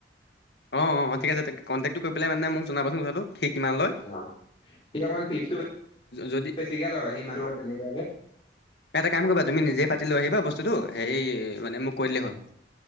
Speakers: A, on the left; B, on the left.
A: অ অ ঠিক আছে কণ্টেক্টো কৰি পেলাই মানে মোক জনাবাচোন কথাটো। কি কিমান লয়?
B: <unintelligible> সি অকমান ফ্ৰিজটো
A: যদি
B: ঠিকে লগায় সি মানুহটো অপমান তেনেকুৱাই যে
A: এটা কাম কৰিবা তুমি নিজেই পাতি লৈ আহিবা বস্তুটো সেই মানে মোক কৰি দিলেই হ'ল।